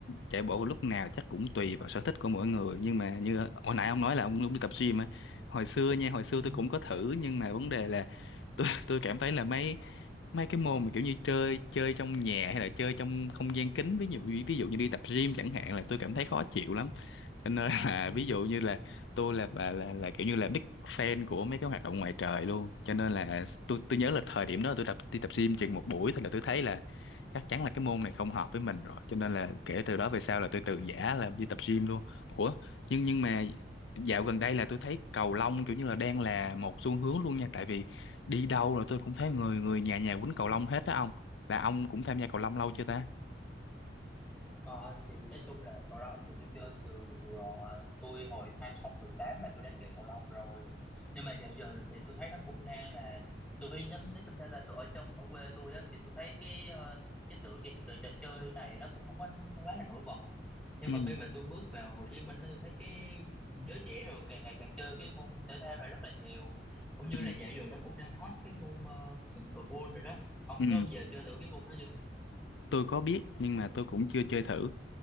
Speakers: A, on the left (about 80°); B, in the centre.
A: chạy bộ vào lúc nào chắc cũng tùy vào sở thích của mỗi người nhưng mà như hồi
B: Ừ.
A: nãy ông nói là ông cũng đi tập gym á hồi xưa nha hồi xưa
B: Ừ.
A: tôi cũng có thử nhưng mà vấn đề là <laughs> tôi tôi cảm thấy là mấy mấy cái môn mà kiểu như chơi chơi trong nhà hay là chơi trong không gian kín ví dụ ví dụ như đi tập gym chẳng hạn là tôi cảm thấy khó chịu lắm cho nên là
B: Ừ.
A: <laughs> ví dụ như là tôi là là là, là kiểu như là big fan của mấy cái hoạt động ngoài trời luôn cho nên là tôi tôi nhớ là thời điểm đó tôi tập đi tập gym chừng một buổi thôi là tôi thấy là chắc chắn là cái môn này không hợp với mình rồi cho nên là kể từ đó về sau là tôi từ giã là đi tập gym luôn ủa nhưng nhưng mà dạo gần đây là tôi thấy cầu lông kiểu như là đang là một xu hướng luôn nha tại vì đi đâu là tôi cũng thấy người người nhà nhà quýnh cầu lông hết đó ông là ông cũng tham gia cầu lông lâu chưa ta
B: Ờ, thì nói chung là cầu lông thì tôi chơi từ ờ, tôi hồi 2018 mà tôi đã chơi cầu lông rồi nhưng mà dạo giờ thì tôi thấy nó cũng đang là từ khi nhắm nói chung ra là tôi ở trong ở quê tôi á thì tôi thấy cái ờ, cái tựa cái tựa trò chơi này nó cũng không có quá là nổi bật nhưng
A: ừ
B: mà khi mà tôi bước vào Hồ Chí Minh đó, tôi thấy cái giới trẻ rồi càng ngày càng chơi cái môn thể thao này rất là nhiều cũng như
A: ừ
B: là dạo giờ nó cũng đang hot cái môn ờ, pickleball rồi đó ông
A: ừ
B: có bao giờ chơi thử cái môn đó chưa
A: tôi có biết nhưng mà tôi cũng chưa chơi thử